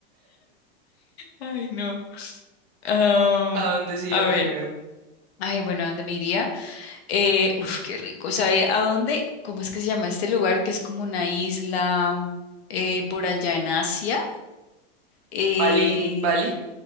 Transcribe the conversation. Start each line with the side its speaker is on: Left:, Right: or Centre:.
Left: Ay, no. Am,
Right: ¿A dónde se iría
Left: a
Right: primero?
Left: ver. Ay, bueno, ¿a ¿dónde me iría? Eh, uf, qué rico. ¿Sabe a dónde? ¿Cómo es que se llama este lugar? Que es como una isla eh, por allá en Asia. Eh,
Right: Bali, Bali,